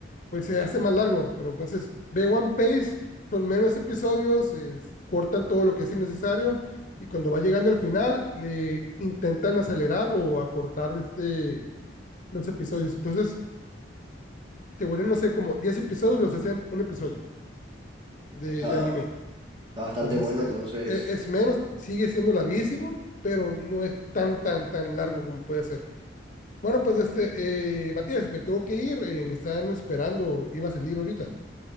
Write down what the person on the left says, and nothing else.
pues se hace más largo, pero entonces ve One Piece, son menos episodios, eh, cortan todo lo que es innecesario y cuando va llegando al final le intentan acelerar o acortar este, los episodios. Entonces se vuelven, no sé, como 10 episodios, los hacen un episodio de,
de anime.
Entonces
eh,
e, es menos, sigue siendo larguísimo, pero no es tan, tan, tan largo como puede ser. Bueno, pues este, eh, Matías, me tengo que ir, eh, me están esperando, iba a salir ahorita.